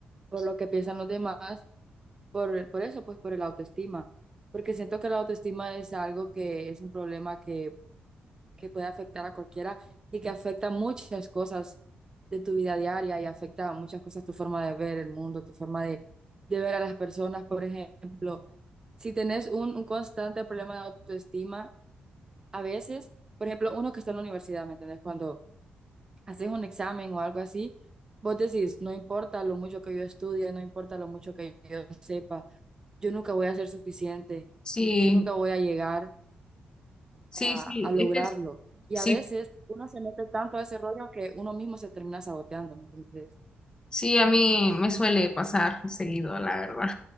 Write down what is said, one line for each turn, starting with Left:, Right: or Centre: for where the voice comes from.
Right: por lo que piensan los demás, por, por eso, pues por el autoestima, porque siento que la autoestima es algo que es un problema que que puede afectar a cualquiera y que afecta muchas cosas de tu vida diaria y afecta a muchas cosas tu forma de ver el mundo, tu forma de, de ver a las personas. Por ejemplo, si tenés un, un constante problema de autoestima, a veces, por ejemplo, uno que está en la universidad, ¿me entendés? Cuando haces un examen o algo así, vos decís, no importa lo mucho que yo estudie, no importa lo mucho que yo sepa, yo nunca voy a ser suficiente,
Left: Sí,
Right: yo nunca voy a llegar
Left: sí,
Right: a,
Left: sí.
Right: a lograrlo.
Left: Es que es-
Right: Y
Left: sí,
Right: a veces uno se mete tanto a ese rollo que uno mismo se termina saboteando. ¿no? entonces
Left: sí, a mí me suele pasar seguido, la verdad.